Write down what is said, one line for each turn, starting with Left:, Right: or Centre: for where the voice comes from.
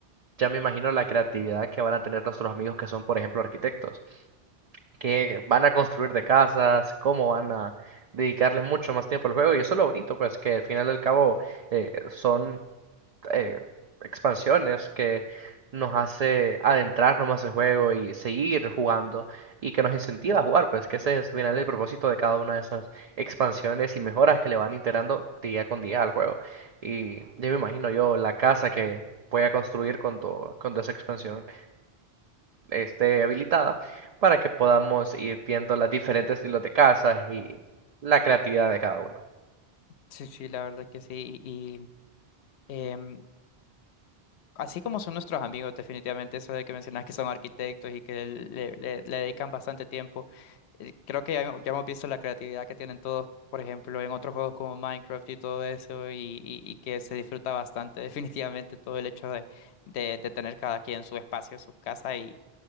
Right: ya me imagino la creatividad que van a tener nuestros amigos que son, por ejemplo, arquitectos qué van a construir de casas, cómo van a dedicarle mucho más tiempo al juego. Y eso es lo bonito, pues que al final y al cabo eh, son eh, expansiones que nos hace adentrarnos más al juego y seguir jugando y que nos incentiva a jugar, pues que ese es al final el propósito de cada una de esas expansiones y mejoras que le van integrando día con día al juego. Y ya me imagino yo la casa que voy a construir con tu, con tu esa expansión esté habilitada para que podamos ir viendo las diferentes estilos de casas y la creatividad de cada uno.
Left: Sí, sí, la verdad que sí. Sí, y, em, Así como son nuestros amigos, definitivamente, eso de que mencionas que son arquitectos y que le, le- le dedican bastante tiempo. Eh, Creo que ya, hemos ya hemos visto la creatividad que tienen todos, por ejemplo, en otros juegos como Minecraft y todo eso, y, y- y que se disfruta bastante, <laughs> definitivamente, todo el hecho de, de- de tener cada quien su espacio, su casa y,